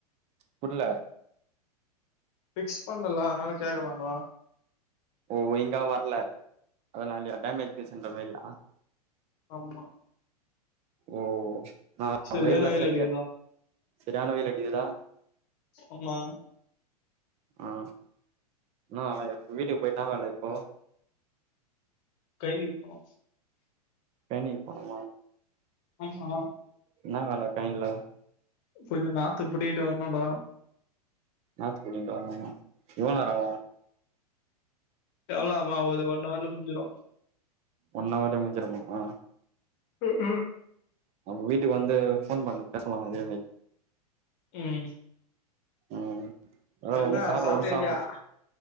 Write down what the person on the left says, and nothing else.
பிக்ஸ் பண்ணல அத்னால கேக்கலாடா
ஆம்மா
சரியான
வெயில்
அடிக்குதுடா
அம்மா
கைதிக் போனு
அம்மா
கொஞ்ச நாத்து புடிங்கிட்டு வர்ணுன்டா
எவுள் நேரமா ஒரு ஒன் அவர்ல முஞ்சிரு
து ஏ
உம்
சரின்னா
சாப்ட்டியா
இல்லையா